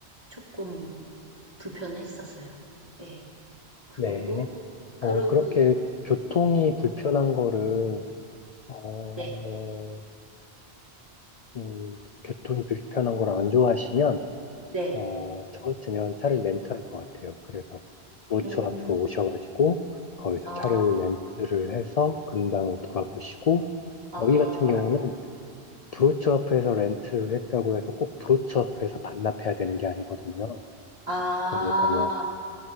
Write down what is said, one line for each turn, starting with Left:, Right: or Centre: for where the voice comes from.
Right: 조금 불편했었어요. 예, 그러고,
Left: 네.
Right: 그러고,
Left: 어, 그렇게 교통이 불편한 거를, 어,
Right: 네,
Left: 음, 교통이 불편한 걸 안 좋아하시면,
Right: 네,
Left: 어, 저 같으면 차를 렌트할 것 같아요. 그래서 브로처
Right: 음,
Left: 앞으로 오셔가지고, 거기서
Right: 아,
Left: 차를 렌트를 해서 근방을 돌아보시고,
Right: 아,
Left: 여기 같은 경우는 브로처 앞에서 렌트를 했다고 해서 꼭 브로처 앞에서 반납해야 되는 게 아니거든요.
Right: 아,
Left: 그러니까 뭐,